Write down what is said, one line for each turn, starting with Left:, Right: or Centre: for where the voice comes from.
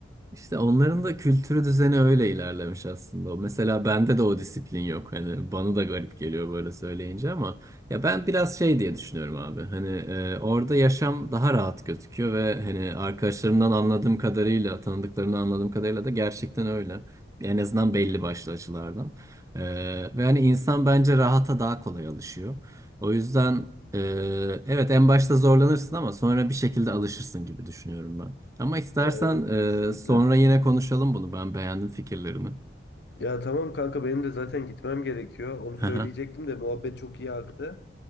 Right: İşte onların da kültürü düzeni öyle ilerlemiş aslında. Mesela bende de o disiplin yok. Hani bana da garip geliyor böyle söyleyince ama ya ben biraz şey diye düşünüyorum abi. Hani e, orada yaşam daha rahat gözüküyor ve hani arkadaşlarımdan anladığım kadarıyla, tanıdıklarımdan anladığım kadarıyla da gerçekten öyle. En azından belli başlı açılardan. E, ve hani insan bence rahata daha kolay alışıyor. O yüzden e, evet en başta zorlanırsın ama sonra bir şekilde alışırsın gibi düşünüyorum ben. Ama istersen
Left: Ya evet kesinlikle.
Right: e, sonra yine konuşalım bunu. Ben beğendim fikirlerini.
Left: Ya tamam kanka benim de zaten gitmem gerekiyor. Onu söyleyecektim
Right: E, <laughs>
Left: de muhabbet çok iyi aktı.